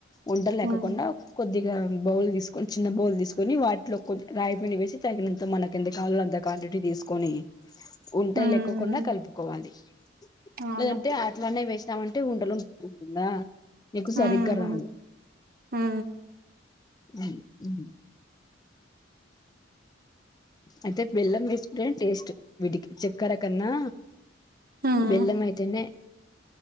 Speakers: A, on the left; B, on the right.
A: ఉండల్ ల్యాకోకుండా
B: ఉమ్
A: కొద్దిగా బౌల్ తీసుకొని చిన్న బౌల్ తీసుకొని వాటిలో కొ రాగిపిండి వేసి తగినంత మనకి ఎంత కావల్లో అంత క్వాంటిటి తీసుకొని ఉంటల్
B: ఉమ్
A: లేకోకుండా కలుపుకోవాలి.
B: అవును
A: లేదంటే అట్లానే వేస్ స్తామంటే ఉంటలుంట ఉంటుందా నీకు
B: హఆఆ
A: సరిగ్గా రాదు
B: హఆ
A: ఉం ఉ అయితే బెల్లం వేసుకుంటె టేస్ట్ వీటికి చెక్కర కన్నా
B: ఉమ్
A: బెల్లం అయితేనే